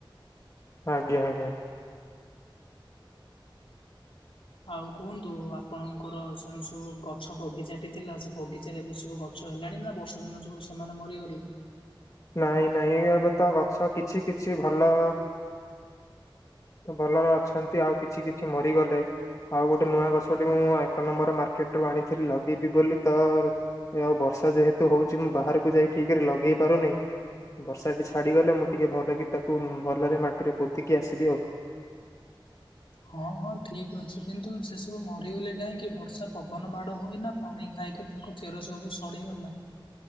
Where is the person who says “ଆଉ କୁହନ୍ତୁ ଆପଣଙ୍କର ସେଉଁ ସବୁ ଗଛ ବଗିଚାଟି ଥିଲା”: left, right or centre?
Left